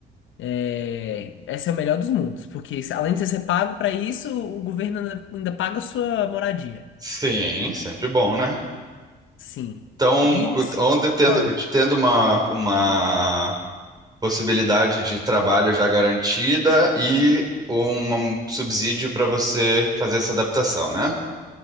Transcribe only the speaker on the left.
É, esse é o melhor dos mundos, porque se- além de você ser pago pra isso, o governo ainda, ainda paga a sua moradia.
Sim.
E
se-
ah,